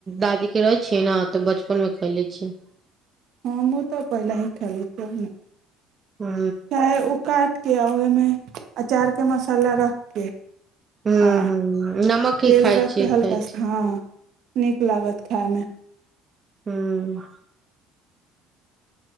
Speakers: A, on the right; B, on the right.
A: दादी के रहै छियै ने तऽ बचपन मे खाले छीयै <unintelligible>
B: हमहु तऽ पहिल ही खेले छिय
A: हूं
B: चाहे ओ काठ के आ ओे में अचार के मसाला रख के
A: ह्म
B: आ
A: ह्म नमके
B: तेल
A: ही खाय
B: रख
A: छी
B: के
A: खाय
B: हल्का सा
A: छी
B: हँ नीक लागत खायमे
A: हूम